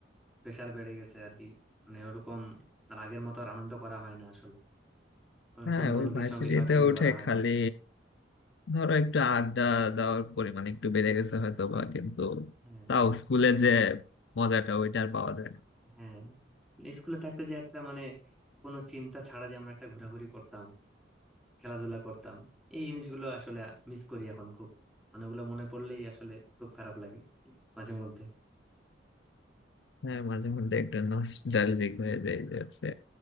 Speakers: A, in the centre; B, on the left.
A: প্রেসার বেড়ে গেছে আর কি মানে ওরকম আর আগের মতো আর আনন্দ করা হয় না আসলে ওরকম
B: হ্যাঁ
A: বন্ধুদের
B: ওই ভার্সিটিতে
A: সঙ্গে শয়তানিও
B: উঠে
A: করা হয়
B: খালি
A: না
B: ধরো একটু আড্ডা দেওয়ার পরিমাণ একটু বেড়ে গেছে হয়তো বা কিন্তু
A: হ্যাঁ
B: তাও স্কুলে যে মজাটা ওইটা আর পাওয়া যায় না
A: হ্যাঁ স্কুলে থাকতে যে একটা মানে কোনো চিন্তা ছাড়া যে আমরা একটা ঘোরাঘুরি করতাম খেলাধুলা করতাম এই জিনিসগুলো আসলে মিস করি এখন খুব মানে ওগুলো মনে পড়লেই আসলে খুব খারাপ লাগে মাঝে মধ্যে
B: হ্যাঁ মাঝে মধ্যে একটু নস্টালজিক হয়ে যায় যে হচ্ছে